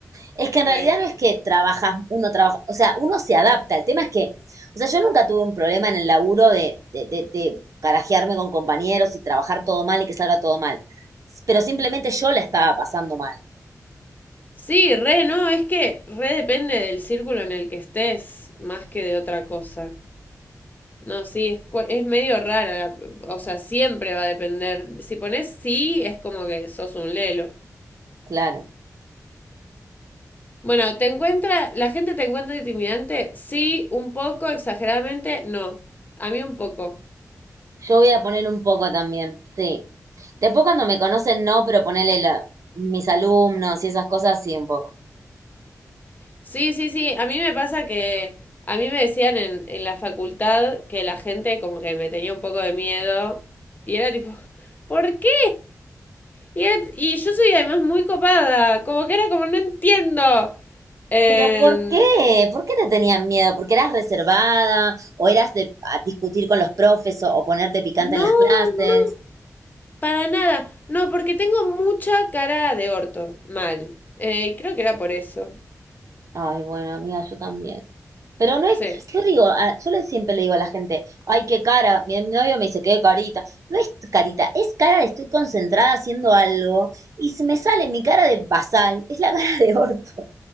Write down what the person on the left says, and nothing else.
Re.
Sí, re, no, es que re depende del círculo en el que estés, más que de otra cosa. No, sí, es, cua- es medio rara, la- o sea, siempre va a depender. Si pones sí, es como que sos un lelo.
Bueno, ¿te encuentra, la gente te encuentra intimidante? Sí, un poco, exageradamente, no. A mí un poco.
Sí, sí, sí, a mí me pasa que a mí me decían en, en la facultad que la gente como que me tenía un poco de miedo y era tipo, ¿por qué? Y, era- y yo soy además muy copada, como que era como, no entiendo. Eh,
no,
no, para nada. No, porque tengo mucha cara de orto, mal. Eh, y creo que era por eso.
Sí.